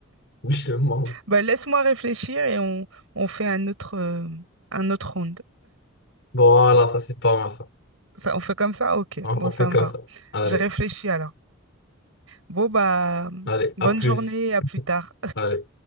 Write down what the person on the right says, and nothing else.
Bah, laisse-moi réfléchir et on, on fait un autre, euh, un autre round.
Ça, on fait comme ça? Ok,
bon, ça
me va.
Je réfléchis alors. Bon, bah,
bonne
journée, à plus tard.